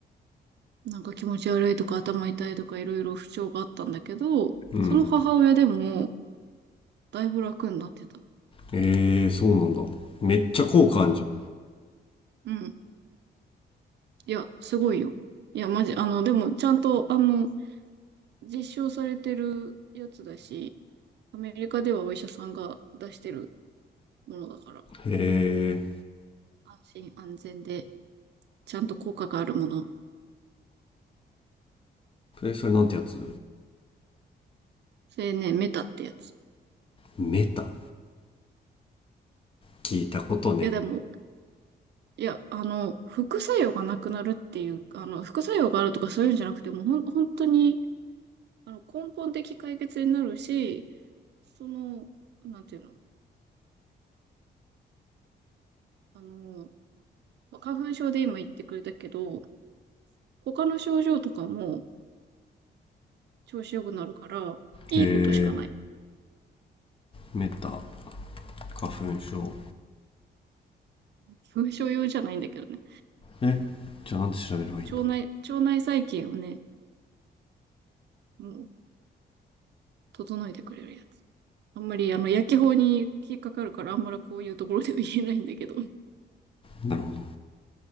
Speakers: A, on the right; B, on the left.
A: なんか気持ち悪いとか頭痛いとかいろいろ不調があったんだけど、
B: うん
A: その母親でも、だいぶ楽になってた。
B: えー、そうなんだめっちゃ効果あんじゃん
A: そう。うん。いや、すごいよ。いや、マジ、あの、でも、ちゃんと、あの、実証されてるやつだし、アメリカではお医者さんが出してるものだから、
B: へえ
A: 安心安全で、ちゃんと効果があるもの
B: それなんてやつ
A: それね、メタってやつ。
B: メタ聞いたことね
A: いや、でも、いや、あの、副作用がなくなるっていう、あの、副作用があるとかそういうんじゃなくて、もうほん、本当に、あの、根本的解決になるし、その、なんていうの、あの、まあ花粉症で今言ってくれたけど、他の症状とかも調子良くなるから、いいことしかない。
B: へえメタ花粉症
A: <laughs> 花粉症用じゃないんだけどね。
B: えじゃあなんて調べればいいんだ
A: 腸内、腸内細菌をね、もう、整えてくれるやつ。あんまり、あの、薬機法に引っかかるから、あんまりこういうところでは言えないんだけど。い
B: なるほど